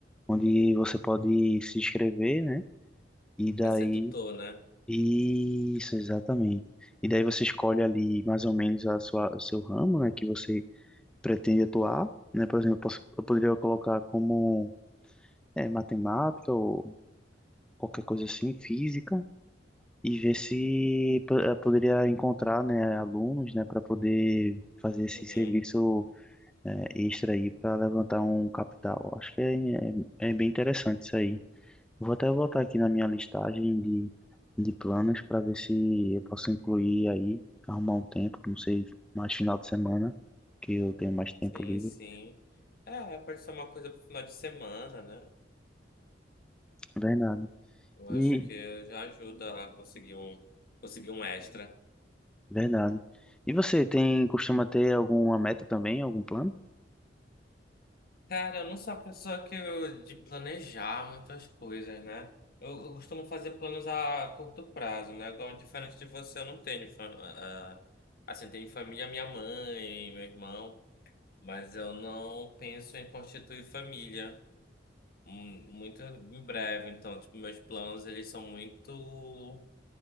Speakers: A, in the centre; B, on the left.
A: onde você pode se inscrever, né? E daí
B: para ser tutor, né?
A: Isso, exatamente. E daí você escolhe ali mais ou menos a sua, o seu ramo, né, que você pretende atuar, né? Por exemplo, eu, posso, eu poderia colocar como é, matemática ou qualquer coisa assim, física, e ver se po- eh, poderia encontrar, né, alunos, né, para poder fazer esse
B: Uhum.
A: serviço eh, extra aí para levantar um capital. Acho que é, é, é bem interessante isso aí. Vou até voltar aqui na minha listagem de, de planos para ver se eu posso incluir aí, arrumar um tempo, não sei, mais final de semana, que eu tenho mais tempo
B: Sim,
A: livre.
B: sim. É, pode ser uma coisa pro final de semana, né?
A: Verdade.
B: Eu
A: E,
B: acho que já ajuda a conseguir um, conseguir um extra.
A: verdade. E você tem, costuma ter alguma meta também, algum plano?
B: Cara, eu não sou a pessoa que eu- de planejar muitas coisas, né? Eu, eu costumo fazer planos a curto prazo, né? Igual, diferente de você, eu não tenho. fa- ah, ah, assim, tenho família, minha mãe, meu irmão, mas eu não penso em constituir família hum, muito em breve. Então, tipo, meus planos, eles são muito.